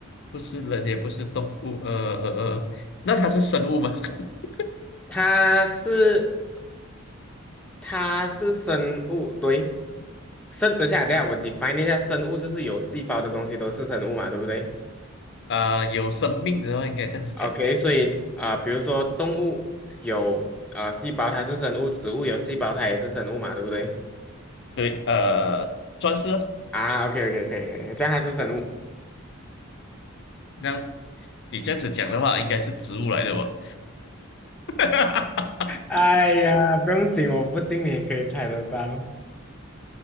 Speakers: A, on the left; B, in the centre.
A: 不是人也不是动物，呃呃呃，那它是生物吗？<laughs>
B: 它是它是生物，对，生，等一下等一下，我 define 一下，生物就是有细胞的东西都是生物嘛，对不对
A: 啊、有生命的话应该这样子讲，
B: ？OK，所以啊、呃比如说动物有啊呃细胞，它是生物；植物有细胞，它也是生物嘛，对不对？
A: 对，呃，算是啊，
B: 啊，OK OK 可以可以，这样还是生物。
A: 那你这样子讲的话，应该是植物来的吧？<laughs>
B: 哎呀，不用紧，我不信你也可以猜得到。